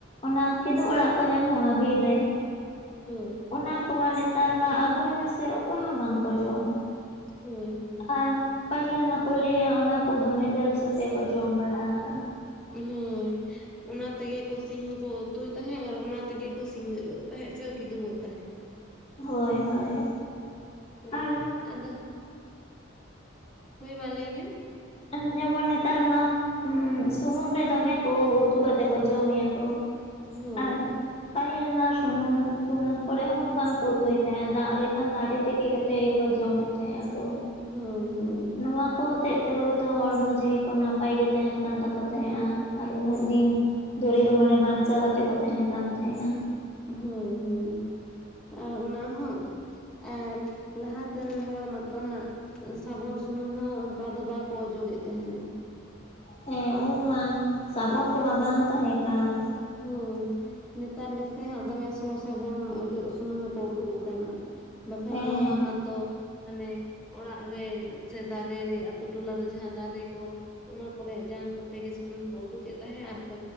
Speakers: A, on the left (about 30°); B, in the centre.
A: ᱚᱱᱟ ᱠᱤᱫᱩᱜ ᱟᱲᱟᱜ ᱠᱚ ᱧᱟᱢᱚᱜᱼᱟ ᱵᱤᱨ ᱨᱮ,
B: ᱦᱳᱭ᱾
A: ᱚᱱᱟ ᱠᱚᱢᱟ ᱱᱮᱛᱟᱨ ᱢᱟ ᱟᱹᱜᱩᱭ ᱢᱮᱥᱮ ᱚᱠᱚᱭ ᱦᱚᱸ ᱵᱟᱝᱠᱚ ᱡᱚᱢᱟ᱾
B: ᱦᱳᱭ ᱦᱳᱭ
A: ᱟᱨ ᱯᱟᱹᱦᱤᱞ ᱢᱟᱠᱚ ᱞᱟᱹᱭᱟ ᱚᱱᱟ ᱠᱚ ᱫᱚᱢᱮ ᱫᱟᱹᱞ ᱥᱟᱛᱮ ᱠᱚ ᱡᱚᱢ ᱵᱟᱲᱟ ᱟᱠᱟᱜᱼᱟ᱾ <inaudible>
B: ᱦᱳᱭ ᱚᱱᱟ ᱛᱮᱜᱮ ᱠᱚ ᱥᱤᱧ ᱠᱚ ᱩᱛᱩᱭ ᱛᱟᱦᱮᱸᱜ ᱟᱨ ᱚᱱᱟ ᱛᱮᱜᱮ ᱠᱚ ᱥᱤᱸᱜᱟᱹᱲᱚᱜ ᱛᱟᱦᱮᱸᱜ ᱥᱮᱠᱚ ᱠᱤᱫᱩᱵᱚᱜ ᱛᱟᱦᱮᱸᱫ᱾
A: ᱦᱳᱭ ᱦᱳᱭ᱾
B: ᱦᱳᱭ
A: ᱟᱨ
B: ᱟᱫᱚ ᱦᱳᱭ ᱢᱟ ᱞᱟᱹᱭ ᱵᱮᱱ?
A: ᱮᱱ ᱡᱮᱢᱚᱱ ᱱᱮᱛᱟᱨ ᱢᱟ ᱥᱩᱱᱩᱢ ᱨᱮ ᱫᱚᱢᱮ ᱠᱚ ᱩᱛᱩ ᱠᱟᱛᱮ ᱠᱚ ᱡᱚᱢᱮᱜ ᱟᱠᱚ᱾
B: ᱦᱳᱭ
A: ᱟᱨ, ᱯᱟᱹᱦᱤᱞ ᱢᱟ ᱥᱩᱱᱩᱢ ᱥᱩᱱᱩᱢ ᱠᱚᱨᱮ ᱦᱚᱸ ᱩᱱᱟᱹᱜ ᱵᱟᱝᱠᱚ ᱩᱛᱩᱭᱮ ᱛᱟᱦᱮᱸᱱ, ᱫᱟᱜ ᱨᱮ ᱠᱷᱟᱱ ᱫᱟᱜ ᱨᱮ ᱛᱤᱠᱤ ᱠᱟᱛᱮᱜ ᱛᱮᱜᱮᱠᱚ ᱡᱚᱢᱮᱫ ᱛᱟᱦᱮᱸᱜ ᱟᱠᱚ᱾
B: ᱦᱳᱭ ᱦᱳᱭ᱾
A: ᱱᱚᱣᱟ ᱠᱚ ᱦᱚᱛᱮᱫ ᱛᱮ ᱦᱳᱭ ᱛᱚ ᱦᱚᱲᱢᱚ ᱡᱤᱣᱤ ᱠᱚ ᱱᱟᱯᱟᱭ ᱜᱮ ᱛᱟᱦᱮᱱ ᱠᱟᱱ ᱛᱟᱠᱚ ᱛᱟᱦᱮᱸᱟ, ᱟᱨ ᱩᱱᱟᱹᱜ ᱫᱤᱱ ᱫᱷᱚᱨᱮ ᱫᱚ ᱢᱟᱱᱮ ᱵᱟᱧᱪᱟᱣ ᱠᱟᱛᱮᱜ ᱠᱚ ᱛᱟᱦᱮᱸᱱ ᱠᱟᱱ ᱛᱟᱦᱮᱸᱜᱼᱟ ᱾
B: ᱦᱩᱸ ᱦᱩᱸ ᱟᱨ ᱚᱱᱟ ᱦᱚᱸ ᱟᱨ ᱞᱟᱦᱟᱛᱮᱱ ᱨᱮᱱ ᱦᱚᱲ ᱢᱟᱛᱚ ᱦᱟᱸᱜ ᱥᱟᱵᱚᱱ ᱥᱩᱱᱩᱢ ᱦᱚᱸ ᱚᱱᱠᱟ ᱫᱚ ᱵᱟᱠᱚ ᱚᱡᱚᱜᱮᱫ ᱛᱟᱦᱮᱸᱱᱟ
A: ᱦᱮᱸ ᱩᱱᱢᱟ ᱥᱟᱵᱚᱱ ᱠᱚᱢᱟ ᱵᱟᱝ ᱛᱟᱦᱮᱸ ᱠᱟᱱ᱾
B: ᱦᱚᱭ ᱱᱮᱛᱟᱨ ᱜᱮᱥᱮ ᱦᱟᱸᱜ ᱫᱚᱢᱮ ᱥᱚ ᱥᱟᱵᱚᱱ ᱚᱡᱚᱜ ᱥᱩᱱᱩᱢ ᱠᱚ ᱩᱰᱩᱠ ᱟᱠᱟᱱᱟ ᱵᱟᱠᱷᱟᱱ
A: ᱦᱮᱸ
B: ᱞᱟᱦᱟ ᱢᱟᱛᱚ ᱦᱟᱱᱮ ᱚᱲᱟᱜ ᱨᱮ ᱥᱮ ᱫᱟᱨᱮ ᱨᱮ ᱟᱹᱛᱩ ᱴᱚᱞᱟ ᱨᱮ ᱡᱟᱦᱟᱸ ᱫᱟᱨᱮ ᱠᱚ ᱚᱱᱟ ᱠᱚᱨᱮ ᱡᱟᱝ ᱠᱚᱛᱮ ᱜᱮ ᱥᱩᱱᱩᱢ ᱠᱚ ᱩᱰᱩᱠᱮᱫ ᱛᱟᱦᱮᱸᱜ ᱟᱨᱠᱚ